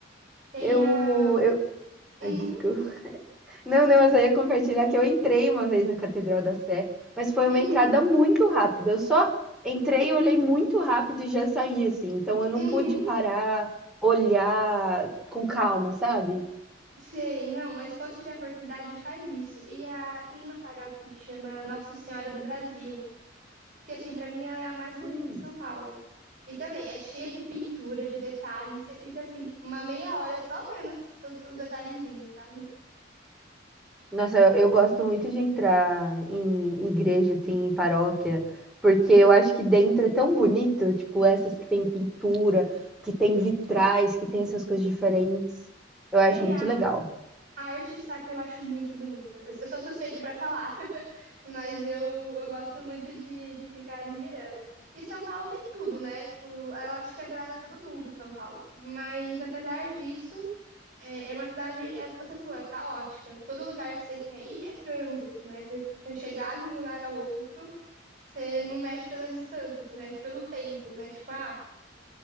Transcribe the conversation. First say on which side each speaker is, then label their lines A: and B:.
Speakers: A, on the right; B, in the centre.
A: Tem
B: eu,
A: a.
B: eu,
A: Uhum,
B: ai, desculpa. Não, não, eu só ia compartilhar que eu entrei uma vez na Catedral da Sé, mas foi
A: uhum,
B: uma entrada muito rápida. Eu só entrei, olhei muito rápido e já saí, assim. Então eu não
A: uhum.
B: pude parar, olhar com calma, sabe?
A: Sei, não, mas quando você tiver oportunidade, faz isso. E a... tem uma paróquia que chama Nossa Senhora do Brasil. que assim, pra mim ela é a mais bonita
B: Hum.
A: de São Paulo. E também é cheia de pintura, de detalhes, você fica assim, uma meia hora só vendo os, os- os detalhezinhos, sabe?
B: Nossa, eu eu gosto muito de entrar em igreja, assim, em paróquia, porque eu acho que dentro é tão bonito, tipo, essas que tem pintura, que tem vitrais, que tem essas coisas diferentes. Eu acho
A: É,
B: muito
A: é a
B: legal.
A: a arte sacra eu acho muito bonita. Eu, eu sou suspeita pra falar, <laughs> mas eu, eu gosto muito de, de ficar admirando. E São Paulo tem tudo, né? Tipo, eu acho que agrada a todo mundo, São Paulo. Mas apesar disso, é, é uma cidade, é o que você falou, é caótica. Todo lugar que você quer ir é trânsito, né? Você, pra chegar de um lugar ao outro. Você não mede pela distância, você mede pelo tempo, né? Tipo, ah,